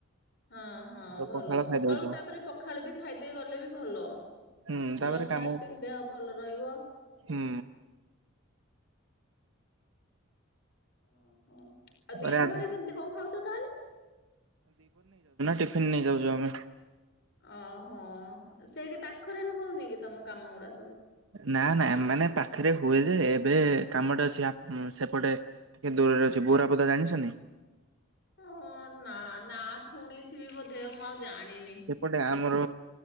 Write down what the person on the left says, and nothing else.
ହଁ ହଁ
ଭଲ
ସକାଳୁ
ତାପରେ ପଖାଳ ବି ଖାଇଦେଇ ଗଲେ ବି ଭଲ।
ଲଙ୍ଗ
ଲାଷ୍ଟିଙ୍ଗ ଦେହ ଭଲ ରହିବ।
ଓହୋ। ଆଉ
ଦିପହରେ
କେମିତି କଣ ଖାଉଛ ତାହେଲେ?
ଓହୋ ସେଇଠି ପାଖରେ ହଉନି କି ତମ କାମ ଗୁଡା ସବୁ।
ହଁ ନା ନା ଶୁଣିଥିବି ବୋଧେ ମୁଁ ଆଉ ଜାଣିନି।